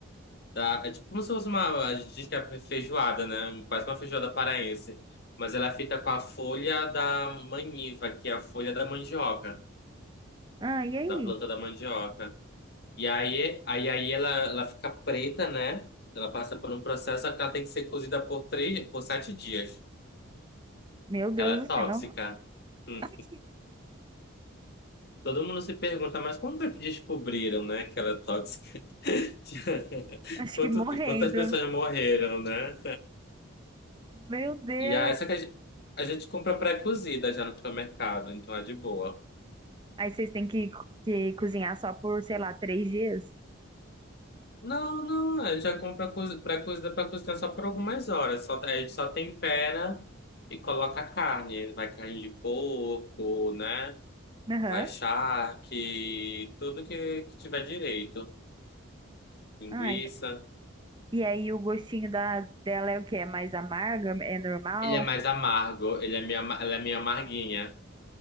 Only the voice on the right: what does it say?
Ah, e aí?
Meu Deus
do
céu. <laughs>
Ai, que-
acho
que morrendo.
Meu Deus.
Aí vocês têm que, que cozinhar só por, sei lá, três dias?
Aham.
Ai. E aí o gostinho da, dela é o que? É mais amarga? É normal?